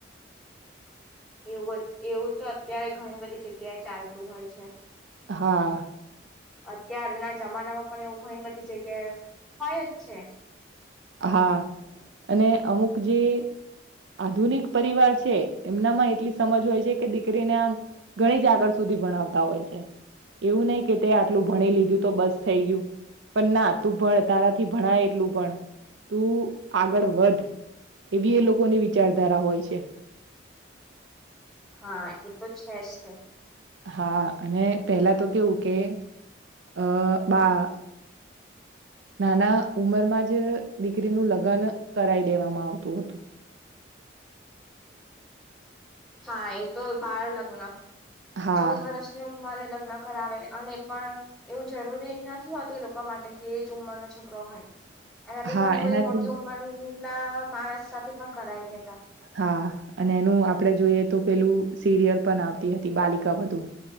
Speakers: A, in the centre; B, on the right.
A: એવુ, એવુ, તો અત્યારે ઘણી બધી જગ્યાએ ચાલતું હોય છે.
B: હા
A: અત્યારના જમાનામાં પણ એવું ઘણી બધી જગ્યા હોય, જ છે.
B: હા, અને અમુક જે આધુનિક પરિવાર છે, એમનામાં એટલી સમજ હોય છે. કે દીકરીને આમ ઘણી જ આગળ સુધી ભણાવતા હોય, છે. એવું નહી, કે તે આટલું ભણી લીધું તો બસ થઈ ગયુ. પણના તુ, ભણ તારાથી ભણાય એટલું પણ તુ આગળ વધ એવી એ લોકોની વિચારધારા હોય, છે. <inaudible>
A: હા, એ તો છે. જ તે
B: હા, અને પેલા તો, કેવુ કે અ બા નાના ઉમરમા, જ દીકરીનું લગ્ન કરાઈ દેવામાં આવતું હતુ
A: હા, એ તો બાર લગ્ન
B: હા
A: ચૌદ વર્ષની, ઉમરે લગ્ન કરાવે, અને પણ એવું જરૂરી નથી હોતુ. એ લોકો માટે કે એ જ ઉંમરનો છોકરો હોય એનાથી,
B: હા
A: ઘણી
B: એનાથી
A: બધી મોટી ઉંમર ના માણસ સાથે પણ કરી દેતા
B: હા, અને એનુ આપડે જોઈએ તો પેલું સિરિયલ પણ આવતી હતી બાલિકા બધુ.